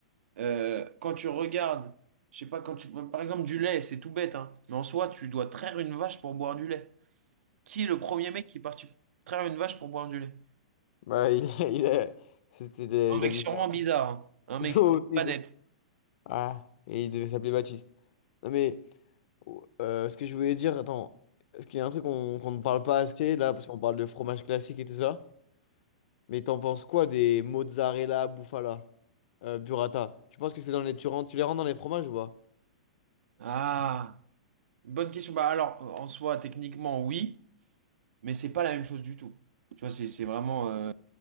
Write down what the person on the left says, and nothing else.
Bah, il, <laughs> il a, c'était des-
il
a dû
faire
un
aussi.
de-
Ah, et il devait s'appeler Baptiste. Non, mais euh, ce que je voulais dire, attends, est-ce qu'il y a un truc qu'on qu'on ne parle pas assez là, parce qu'on parle de fromage classique et tout ça, mais t'en penses quoi des mozzarella, bufala, euh, burrata? Tu penses que c'est dans les... Tu, rends- tu les rends dans les fromages ou pas?